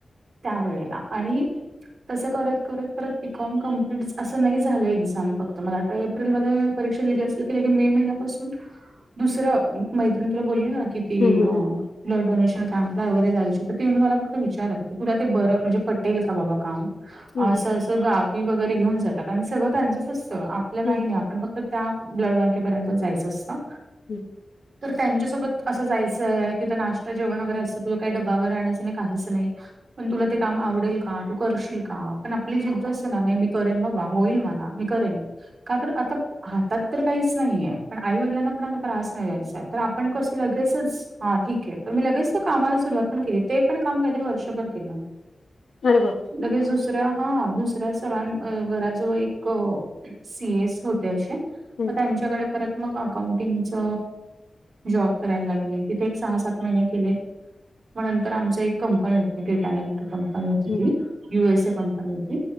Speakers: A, on the right; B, on the left.
A: त्यावेळेला आणि तसं करत करत परत बीकॉम कमप्लीट असं नाही झालं. एक्झाम फक्त मला एप्रिलमध्ये परीक्षा दिली असेल कि, लगे मे महिन्यापासून दुसरं, मैत्रिण तुला बोलली ना कि, ती
B: हम्म हम्म
A: अ ब्लड डोनेशन कॅम्पला वगैरे जायची तर, ते मला फक्त विचारल, की तुला ते बरं म्हणजे पटेल का बाबा काम?
B: हम्म
A: असं
B: हम्म
A: असं गावी वगैरे घेऊन जातात आणि सगळं त्यांचच असतं, आपलं काही
B: हम्म हम्म
A: नाही पण फक्त त्या ब्लड बँकेपर्यंतच जायचं असतं.
B: <inaudible>
A: तर त्यांच्यासोबत असं जायचंय तिथं, नाश्ता जेवण वगैरे असतं. तुला काही डब्बा वगैरे आणायच नाही, काहीच नाही. पण तुला ते काम आवडेल का? तू करशील का? पण आपली जिद्द असंते ना. नाही मी करेन बाबा होईल मला. मी करेन का तर आता हातात तर काहीच नाहीये पण, आई वडिलांना पण आता त्रास नाही द्यायचा हाय तर आपण कसं लगेचच? हा ठीक आहे. मी लगेच त्या कामाला सुरुवात पण केली. ते पण काम काहीतरी वर्षभर केलं.
B: अरे बापरे!
A: लगेच दुसऱ्या हा दुसऱ्या सरांन घराजवळ एक अ सी एस होते. असे मग
B: हम्म
A: त्यांच्याकडे परत मग अकाउंटिंग च जॉब करायला लागले. तिथे एक सहा सात महिने केले. मग नंतर आमची एक कंपनी होती. डेटाइन ती कंपनी होती
B: हम्म
A: ती यु एस ए कंपनी होती,